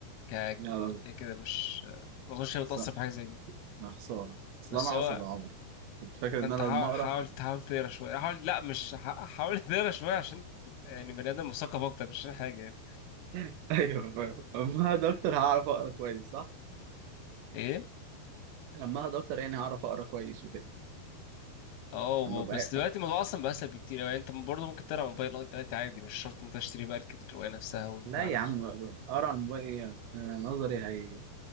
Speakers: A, on the left; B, on the right.
A: ك
B: يا راجل
A: ك- كده مش ما أظنش هي
B: صح
A: بتأثر في حاجة زي دي
B: يا خساره اصل
A: بس
B: انا عصبي
A: هو
B: يا عمر كنت فاكر
A: ما
B: ان
A: انت
B: انا
A: حاول
B: لما اقرا
A: حاول تحاول تقرا شويه حاول لا مش ح- حاول تقرا شويه عشان تبقى يعني بني ادم مثقف اكتر مش عشان حاجه يعني
B: <laughs> ايوه فاهم اما اقعد اكتر هعرف اقرا كويس صح
A: ايه
B: لما اقعد اكتر يعني هعرف اقرا كويس وكده
A: اه
B: لما ابقى
A: بس دلوقتي الموضوع اصلا بقى اسهل بكتير يعني انت برضه ممكن تقرا موبايل اه دلوقتي عادي مش شرط انت تشتري بقى الكت- الروايه نفسها
B: <laughs>
A: والبتاع
B: لا يا
A: نفسه
B: عم اقرا عن موبايل ايه آه، نظري هي